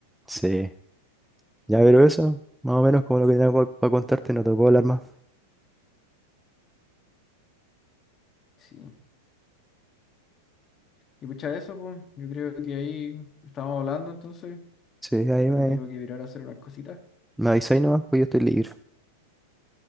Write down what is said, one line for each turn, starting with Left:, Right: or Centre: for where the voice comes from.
Centre: Sí, ya pero eso, más o menos como lo que tenía para contarte, no te puedo hablar más.
Left: Sí. Y pucha, eso, pues, yo creo que ahí estábamos hablando, entonces.
Centre: Sí,
Left: Yo
Centre: ahí
Left: ahora
Centre: me...
Left: tengo que virar a hacer unas cositas.
Centre: Me avisáis nomás, pues yo estoy libre.